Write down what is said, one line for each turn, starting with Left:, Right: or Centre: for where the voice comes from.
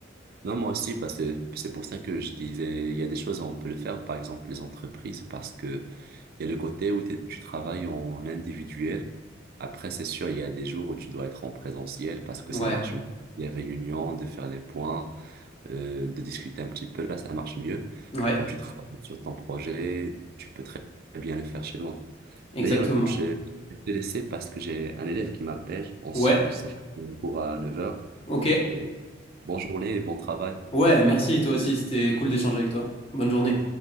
Right: non, moi aussi, parce que c'est pour ça que je disais, il y a des choses où on peut le faire, par exemple les entreprises, parce que il y a le côté où t'es- tu travailles en individuel. Après, c'est sûr, il y a des jours où tu dois être en présentiel parce que
Left: Ouais,
Right: ça marche mieux. Les réunions, de faire les points. euh, de discuter un petit peu, là, ça marche mieux.
Left: ouais,
Right: Mais quand tu travailles sur ton projet, tu peux très bien le faire chez toi.
Left: exactement.
Right: D'ailleurs, écoute, je je vais te laisser parce que j'ai un élève qui m'appelle. On, s-
Left: Ouais,
Right: on s'est fait un cours à neuf heures
Left: ok.
Right: Et bonne journée et bon travail.
Left: Ouais, merci, toi aussi, c'était cool d'échanger avec toi. Bonne journée.